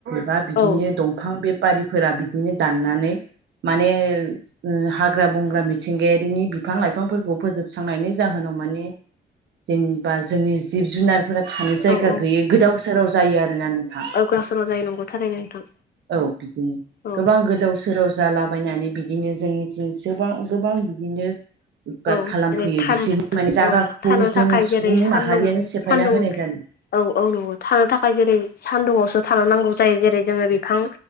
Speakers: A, on the right; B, on the left.
A: बा बिदिनो
B: औ
A: दंफां बेपारिफोरा बिदिनो दाननानै माने <unintelligible> हा ग्रा बंग्रा मिथिंगायारिनि बिफां लाइफांफोरखौ फोजोबस्रांनायनि जाहोनाव माने जेनबा जोंनि जिब जुनारफोरा थानो जायगा
B: औ औ
A: गैयै गोदाव सोराव जायो आरोना नों थां
B: औ गावसोराव जायो नंगौ थारैनो नोंथां
A: औ बिदिनो
B: औ
A: गोबां गोदावस सोराव जालाबायनानै बिदिनो जोंनिथिं जोबां गोबां बिदिनो उतपाट
B: औ
A: खालामफैयो
B: जेरै थानो
A: बिसोरनि
B: थाखाय
A: माने जागाखौ
B: औ थानो
A: जों
B: थाखाय
A: सुबुं
B: जेरै सानदुं
A: माहारियानो सेफायना
B: सानदुं
A: होनाय जादों
B: औ औ नंगौ थानो थाखाय जेरै सान्दुंआवसो थानो नांगौ जायो जेरै जोङो बि फां